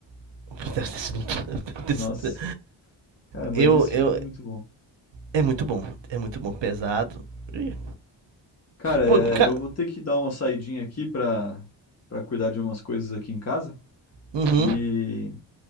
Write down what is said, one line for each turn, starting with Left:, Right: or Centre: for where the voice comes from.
Right: <laughs> Deve ter sido muito, <laughs> deve
Left: Nossa.
Right: ter sido-
Left: Cara, mas
Right: eu,
Left: esse
Right: eu,
Left: filme é muito bom.
Right: é muito bom, é muito bom, pesado. Ih.
Left: Cara, é,
Right: Pô, cara,
Left: eu vou ter que dar uma saidinha aqui pra, pra cuidar de umas coisas aqui em casa.
Right: uhum,
Left: E,